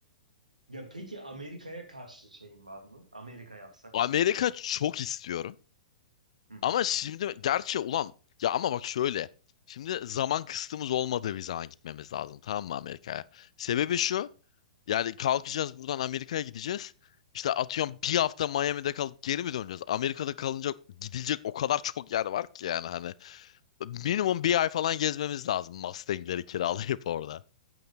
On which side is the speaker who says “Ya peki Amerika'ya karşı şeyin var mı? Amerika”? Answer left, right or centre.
Right